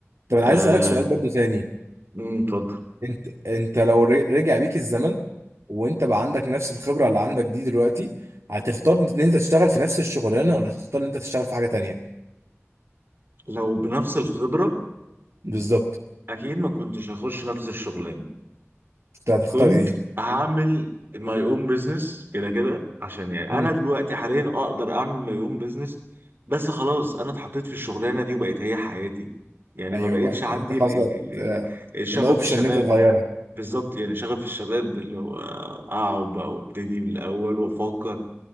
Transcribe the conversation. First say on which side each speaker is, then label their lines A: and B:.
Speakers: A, on the right; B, on the right.
A: طب انا
B: آه،
A: عايز اسالك سؤال برضو تاني
B: أمم، اتفضل
A: انت انت لو رج- رجع بيك الزمن وانت بقى عندك نفس الخبره اللي عندك دي دلوقتي هتختار ان انت تشتغل في نفس الشغلانه ولا تختار ان انت تشتغل في حاجه تانية
B: لو بنفس الخبرة
A: بالظبط
B: أكيد ما كنتش هخش نفس الشغلانة
A: انت هتختار
B: كنت
A: ايه
B: هعمل ماي اون بزنس كده كده عشان يعني
A: مم.
B: أنا دلوقتي حاليا أقدر أعمل ماي اون بزنس بس خلاص أنا اتحطيت في الشغلانة دي وبقت هي حياتي يعني
A: ايوه
B: ما بقتش
A: بقى
B: عندي
A: انت خلاص
B: ال ال
A: بقى آه،
B: ال ال شغف
A: الاوبشن
B: الشباب
A: ان انت تغيرها
B: بالظبط يعني شغف الشباب اللي هو أقعد بقى وابتدي من الأول وأفكر